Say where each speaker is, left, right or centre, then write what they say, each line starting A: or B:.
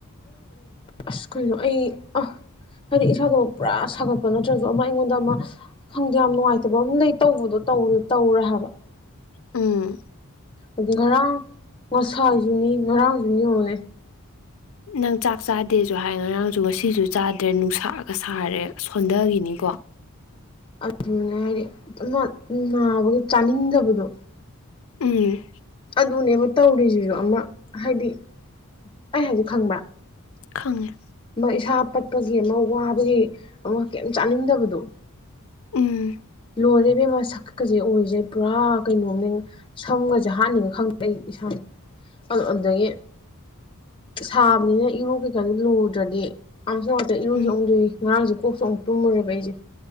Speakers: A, on the left; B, on the left.
A: ꯑꯁ ꯀꯅꯣ ꯑꯩ ꯑ ꯍꯥꯏꯗꯤ ꯏꯁꯥꯗꯣ ꯄꯨꯔꯥ ꯁꯥꯒꯠꯄ ꯅꯠꯇ꯭ꯔꯁꯨ ꯑꯃ ꯑꯩꯉꯣꯟꯗ ꯑꯃ ꯈꯪꯗꯦ ꯌꯥꯝ ꯅꯨꯡꯉꯥꯏꯇꯕ ꯑꯃ ꯂꯩ ꯇꯧꯕꯗꯣ ꯇꯧꯔꯦ ꯍꯥꯏꯕ
B: ꯎꯝ
A: ꯑꯗꯨ ꯉꯔꯥꯡ ꯉꯁꯥꯏꯁꯨꯅꯤ ꯉꯔꯥꯡꯁꯨ ꯌꯣꯉꯦ
B: ꯅꯪ ꯆꯥꯛ ꯆꯥꯗꯦꯁꯨ ꯍꯥꯏ ꯉꯔꯥꯡꯁꯨ ꯉꯁꯤꯁꯨ ꯆꯥꯗ꯭ꯔꯦ ꯅꯨꯡꯁꯛꯑꯒ ꯁꯥꯔꯦ ꯁꯣꯟꯊꯈꯤꯅꯤꯀꯣ ꯋꯥ
A: ꯑꯗꯨꯅꯦ ꯍꯥꯏꯗꯤ ꯅꯥꯕꯒꯤ ꯆꯥꯅꯤꯡꯗꯕꯗꯣ
B: ꯎꯝ
A: ꯑꯗꯨꯅꯦꯕ ꯇꯧꯔꯤꯁꯤꯁꯨ ꯑꯃꯛ ꯍꯥꯏꯗꯤ ꯑꯩ ꯍꯥꯏꯗꯤ ꯈꯪꯕ꯭ꯔꯥ
B: ꯈꯪꯉꯦ
A: ꯑꯃ ꯏꯁꯥ ꯄꯠꯄꯒꯤ ꯑꯃ ꯋꯥꯕꯒꯤ ꯑꯃ ꯀꯔꯤꯝ ꯆꯥꯅꯤꯡꯗꯕꯗꯣ
B: ꯎꯝ
A: ꯂꯣꯏꯔꯦꯕꯦꯝꯃ ꯁꯛꯀꯛꯀꯁꯦ ꯑꯣꯏꯔꯤꯁꯦ ꯄꯨꯔꯥ ꯀꯩꯅꯣꯝꯅꯦ ꯁꯝꯒꯁꯦ ꯍꯥꯠꯅꯤꯡꯉ ꯈꯪꯗꯦ ꯑꯩ ꯏꯁꯥꯅ <unintelligible> ꯑꯗꯨꯗꯒꯤ ꯁꯥꯕꯅꯤꯅ ꯏꯔꯨ ꯀꯩꯀꯥꯗꯨ ꯂꯨꯗ꯭ꯔꯗꯤ ꯑ ꯉꯇ ꯏꯔꯨꯁꯨ
B: ꯎꯝ
A: ꯑꯣꯨꯗꯣꯏꯏ ꯉꯔꯥꯡꯁꯦ ꯀꯣꯛꯁꯨ ꯑꯃꯨꯛ ꯇꯨꯝꯃꯨꯦꯕ ꯑꯩꯁꯦ